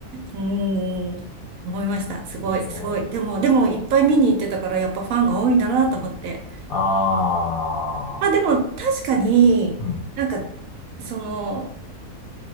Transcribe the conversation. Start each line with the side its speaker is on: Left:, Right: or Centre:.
Right: うーん、思いました。すごい、
Left: いいですね。
Right: すごい。でも、でも、いっぱい見に行ってたから、やっぱファンが多いんだなと思って。
Left: ああ、
Right: まあ、でも、確かに、
Left: うん、
Right: なんか、その、